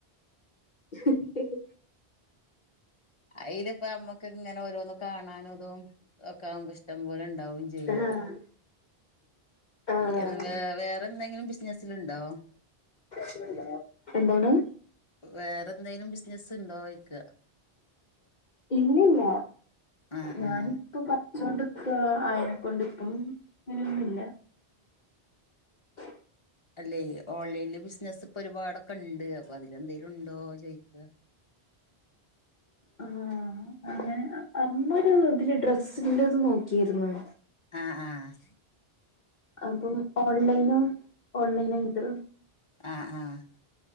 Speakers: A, on the left; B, on the left.
A: <inaudible>
B: അയ്ല് പ്പ അമ്മക്ക് ഇങ്ങനെ ഓരോന്ന കാണാനുംതും ഒക്കെ ആവ്മ്പോ ഇഷ്ടം പോലെ ണ്ടാവും ചെയ്യും
A: ആഹ് ആഹ്
B: എ ന്ന് വേ വേറെന്തെങ്കിലും ബിസ്നസ്സ് ല് ണ്ടോ
A: <unintelligible> എന്തോണ്
B: വേറെന്തേലും ബിസിനസ്സ്ണ്ടോയ്ക
A: ഇല്ല ല്ല
B: ആഹ്
A: ഞാനിപ്പൊ
B: ആഹ്
A: പ ഠിച്ചോണ്ട്ക്ക ആയ്നെ കൊണ്ട് പ്പം അങ്ങനെയൊന്നുല്ല <inaudible>
B: അല്ലേയ് ഓൺലൈൻല് ബിസിനസ് പ്പൊ ഒരുപാടൊക്കെണ്ട് അപ്പൊ അതിലെന്തേലുംണ്ടോ ചോയ്ക്ക
A: ആഹ് അങ്ങനെ അമ്മൊര് തില് ഡ്രെസ്സിന്റെത് നോക്കിര്ന്ന്
B: ആഹ് ആഹ്
A: അപ്പം ഓൺലൈന് ഓൺലൈനായിട്ട്
B: ആഹ് ആഹ്